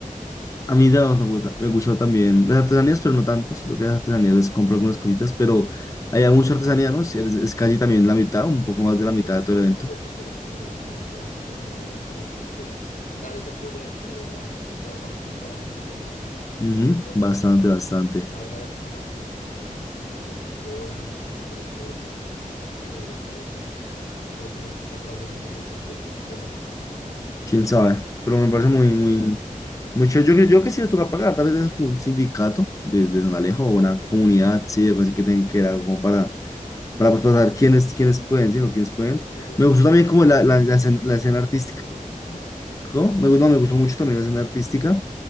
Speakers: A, on the left; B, on the left.
A: a mí digamos, me gusta, me gusta también las artesanías, pero no tanto, sino que las artesanías les compro algunas cositas, pero hay mucha artesanía, ¿no? Es, es casi también la mitad, un poco más de la mitad
B: Sí, es
A: de
B: que
A: todo el
B: eso
A: evento.
B: es lo otro que, que me, que me gustó bastante como del evento y es como que dar ese apoyo a que la gente pueda participar, la gente que hace sus, sus
A: Ujú,
B: cosas pueda
A: Bastante,
B: participar ahí.
A: bastante.
B: La verdad desconozco si, si les cobran y cuánto les cobran por estar allí o tienes que estar tal vez inscrito en ciertas cosas. Bueno,
A: quién sabe, pero me parece muy, muy, mucho. Yo, creo- yo creo que sí les toca pagar, tal vez es como un sindicato de, de San Alejo o
B: puede
A: una
B: ser.
A: comunidad, sí, algo así que tengan que era como para, para pues, pasar quiénes, quiénes pueden, sino quiénes pueden.
B: Sí, me,
A: Me
B: me,
A: gustó también
B: me-
A: como
B: me gusta
A: la, la,
B: como
A: la
B: que no
A: escena,
B: haya problema
A: la escena artística,
B: con la informalidad. ¿Cómo?
A: ¿no? Me gustó, me gustó mucho también la escena artística,